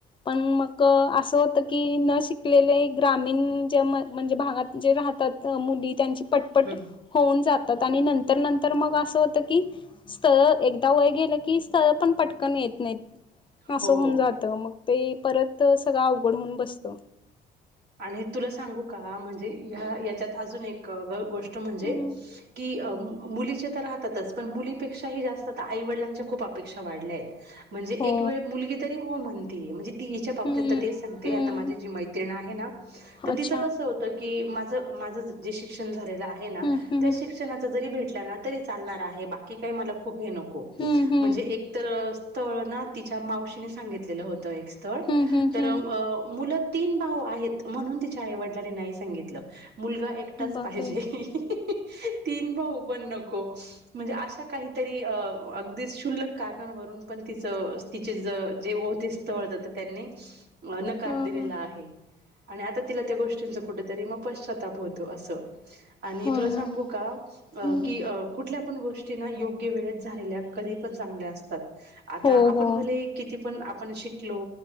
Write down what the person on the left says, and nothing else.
पण मग असं होतं की न शिकलेले ग्रामीण ज्या म म्हणजे भागात जे राहतात मुली त्यांची पटपट
होऊन जातात आणि नंतर नंतर मग असं होत की स्थळ एकदा वय गेलं की स्थळ पण पटकन येत नाहीत. असं
होऊन जात मग ते परत सगळं अवघड होऊन बसत.
हम्म
हो
हम्म
हम्म
अच्छा
हम्म हम्म
हम्म हम्म
हम्म हम्म
हम्म
बापरे
हा
हा
हो
ना
हम्म
हो
हो